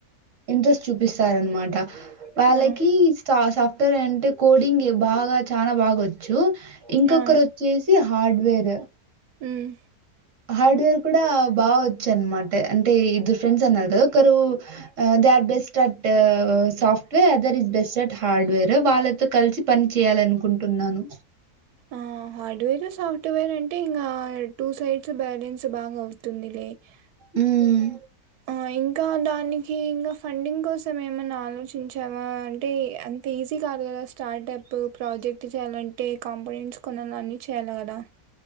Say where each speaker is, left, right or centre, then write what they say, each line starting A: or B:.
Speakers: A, on the right; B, on the right.
A: ఇంట్రెస్ట్ చూపిస్తారనమాట వాళ్ళకి
B: హ్మ్.
A: స్ట సాఫ్ట్వేర్ అంటే కోడింగె బాగా చానా బాగొచ్చు ఇంకొకరు
B: ఆ!
A: వచ్చేసి హార్డ్వేర్
B: హ్మ్
A: హార్డ్వేర్ కూడా బా వచ్చు అనమాట అంటే ఇద్దరు ఫ్రెండ్స్ అన్నారు కదా ఒకరు ఆ are best at soft wear other is best at hardware వాళ్ళతో కలిసి పని చేయాలని అనుకుంటున్నాను
B: ఆ హార్డ్వేర్ సాఫ్ట్వేర్ అంటే ఇంకా టూ సైడ్స్ బ్యాలెన్స్ <unintelligible>
A: హ్మ్.
B: ఆ ఇంకా దానికి ఇంకా ఫండింగ్ కోసం ఏమన్నా ఆలోచిం చావా అంటే అంత ఈజీ కాదు కదా స్టార్ట్ప్ ప్రాజెక్ట్ చేయాలంటే కంపనెంట్స్ కొన్నా అన్ని చేయాలి కదా